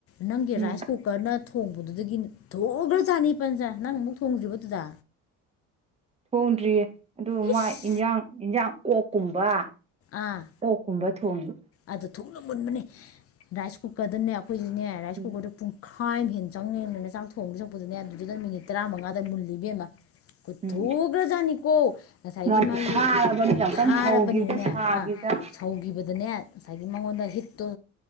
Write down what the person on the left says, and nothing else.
ꯅꯪꯒꯤ
ꯔꯥꯏꯁ ꯀꯨꯀꯔ ꯅ ꯊꯣꯡꯕꯗꯨꯗꯒꯤ ꯊꯣꯡꯈ꯭ꯔꯖꯥꯠꯅꯤ ꯄꯟꯁ ꯅꯪ ꯑꯃꯨꯛ ꯊꯣꯡꯗ꯭ꯔꯤꯕꯗꯨꯗ
ꯏꯁ
ꯑꯥ
ꯑꯗꯣ ꯊꯨꯅ ꯃꯨꯟꯕꯅꯤ ꯔꯥꯏꯁ ꯀꯨꯀꯔꯗꯅꯦ ꯑꯩꯈꯣꯏꯁꯤꯅꯦ ꯔꯥꯏꯁ
ꯀꯨꯀꯔꯗꯨꯣ ꯄꯨꯡꯈꯥꯏ ꯑꯃ ꯍꯦꯟꯟꯅ ꯆꯪꯉꯦꯕꯅꯤꯅ ꯆꯥꯛ ꯊꯣꯡꯕ ꯆꯛꯄꯗꯨꯗꯅꯦ ꯑꯗꯨꯗ ꯃꯤꯅꯤꯠ ꯇꯔꯥꯃꯉꯥꯗ ꯃꯨ ꯀꯊꯨꯈ꯭ꯔꯖꯥꯠꯅꯤꯀꯣ
ꯉꯁꯥꯏꯒꯤ
ꯃꯥꯒꯤ
ꯊꯥꯔꯕꯅꯤꯅꯅꯦ
ꯑꯥ ꯁꯧꯈꯤꯕꯗꯅꯦ ꯉꯁꯥꯏꯒꯤ ꯃꯉꯣꯟꯗ ꯍꯤꯠꯇꯣ